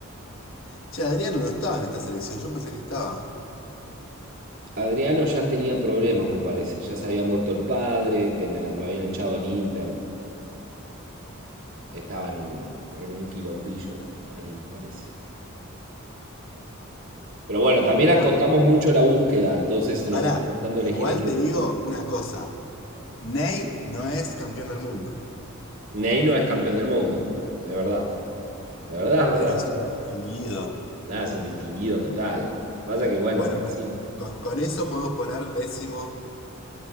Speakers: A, on the left; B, on the right.
A: Che, Adriano no estaba en esta selección. Yo pensé que estaba.
B: Adriano ya tenía problemas, me parece. Ya se había muerto el padre, tenía- lo habían echado el Inter. Estaba en un, en un quilombillo ahí, me parece. Pero bueno, también
A: Bueno,
B: acotamos mucho la búsqueda, entonces nos
A: pará.
B: está costando
A: Igual
B: elegir el 10.
A: te digo una cosa. Ney no es campeón del mundo,
B: Ney no es campeón del mundo, de verdad. Es verdad, es verdad,
A: pero
B: es
A: es
B: verdad.
A: un distinguido.
B: Nada, es un distinguido total. Pasa que, bueno,
A: Bueno,
B: Brasil.
A: con, con- con eso podemos poner décimo